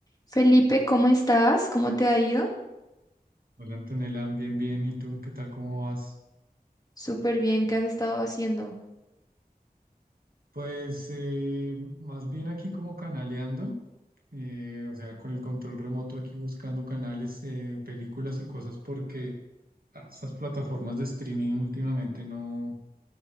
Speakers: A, on the left; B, on the right.
A: Felipe, ¿cómo estás? ¿Cómo te ha ido?
B: Hola Antonella, bien, bien. ¿Y tú qué tal? ¿Cómo vas?
A: Súper bien, ¿qué has estado haciendo?
B: Pues eh, más bien aquí como canaleando, eh, o sea, con el control remoto aquí buscando canales, eh, películas y cosas porque ah, esas plataformas de streaming últimamente no,